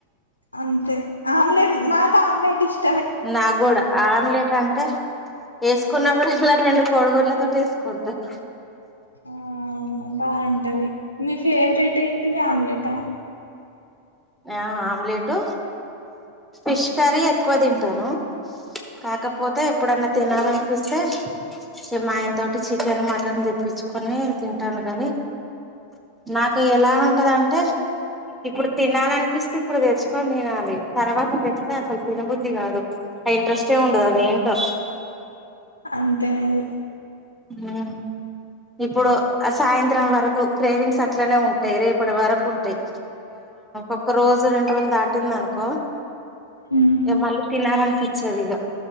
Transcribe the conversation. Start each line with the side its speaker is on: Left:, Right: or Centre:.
Left: అంతే ఆమ్లెట్ నాకు ఆమ్లెట్ ఇష్ట
Centre: నా కూడా ఆమ్లెట్ అంటే వేసుకున్నప్పుడు ఇలా రెండు కోడి గుడ్లతోటి వేసుకుంటాము
Left: ఆ అవునా బాగుంటది మీ ఫేవరెట్ ఏంటిది ఆమ్లెటా
Centre: ఆ ఆమ్లెట్ ఫిష్ కర్రీ ఎక్కువ తింటాను కాకపోతే ఎప్పుడన్నా తినాలనిపిస్తే ఏ మా ఆయన తోటి చికెన్ మటన్ తెప్పించుకొని కని తింటాను కాగాని నాకు ఎలా ఉంటాడంటే ఇప్పుడు తినాలినిపిస్తే ఇప్పుడు తెచ్చుకొని తినాలి తర్వాత తెస్తే అసలు తినబుద్ధి కాదు ఆ ఇంట్రెస్ట్ ఉండదు అది ఏంటో
Left: అంతే అది
Centre: ఉమ్ ఇప్పుడు సాయంత్రం వరకు క్రేవింగ్స్ అట్లనే ఉంటాయి రేపటి వరకు ఉంటాయి ఒక రోజు రెండు రోజులు దాటింది అనుకో
Left: ఉమ్.
Centre: మళ్ళీ తినాలనీ పంచదు ఇగ